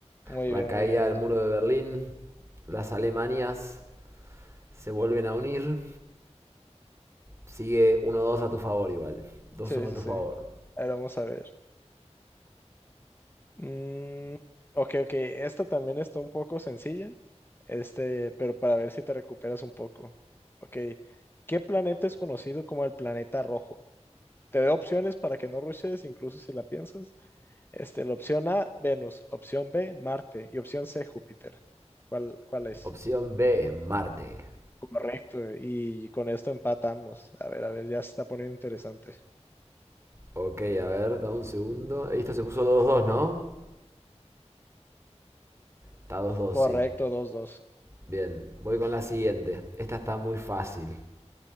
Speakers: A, on the left; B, on the right.
A: Muy
B: La
A: bien,
B: caída
A: muy bien.
B: del muro de Berlín. Las Alemanias se vuelven a unir. Sigue 1-2 a tu favor igual. 2-1
A: Sí, sí,
B: a tu
A: sí.
B: favor.
A: Ahora vamos a ver. Mm, ok, ok. Esta también está un poco sencilla. Este, pero para ver si te recuperas un poco. Ok. ¿Qué planeta es conocido como el planeta rojo? Te doy opciones para que no rushes, incluso si la piensas. Este, la opción A, Venus. Opción B, Marte. Y opción C, Júpiter. ¿Cuál, cuál es?
B: Opción B, Marte.
A: Correcto. Y con esto empatamos. A ver, a ver, ya se está poniendo interesante.
B: Ok, a ver, da un segundo. Esto se puso 2-2, ¿no? Está 2-2,
A: Correcto,
B: sí.
A: dos dos.
B: Bien, voy con la siguiente. Esta está muy fácil,